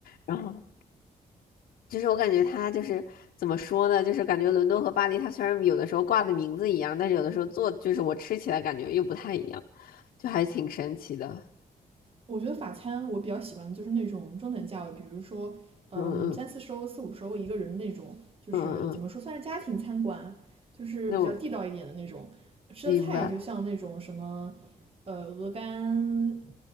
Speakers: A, on the left; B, on the right.
A: 然后。就是我感觉它就是怎么说呢，就是感觉伦敦和巴黎，它虽然有的时候挂的名字一样，但是有的时候做就是我吃起来感觉又不太一样，就还挺神奇的。
B: 我觉得法餐我比较喜欢的就是那种中等价位，比如说嗯三四十欧、
A: 嗯嗯
B: 四五十欧一个人的那种，就是怎么说算是家庭餐馆，
A: 嗯嗯嗯，
B: 就是比较地道一点的那种。
A: 那我
B: 吃的菜就像那种什么
A: 明白。
B: 呃鹅肝、